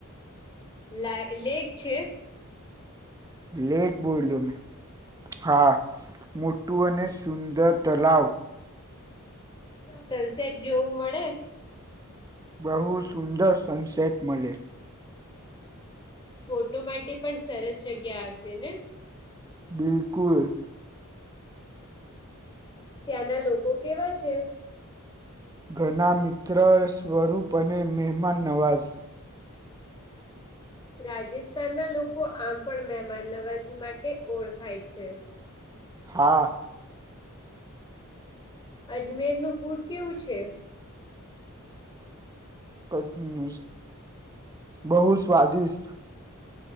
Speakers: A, on the left (about 20°); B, on the right (about 15°).
A: લા લેક છે.
B: લેક બોલ્યો મેં. હા, મોટું અને સુંદર તલાવ.
A: સનસેટ જોવું મળેશ.
B: બહુ સુંદર સનસેટ મળે.
A: ફોટો માટે પણ સરસ જગ્યા હશે ને.
B: બિલકુલ.
A: ત્યાંના લોકો કેવા છે.
B: ઘના મિત્ર સ્વરૂપ અને મહેમાન નવાઝ
A: રાજસ્થાન ના લોકો આમ પણ મહેમાન નવાજી માટે ઓળખાય છે.
B: હા.
A: અજમેર નું ફૂડ કેવું છે?
B: ક અમ્મ અમ્મ બહુ સ્વાદિષ્ટ.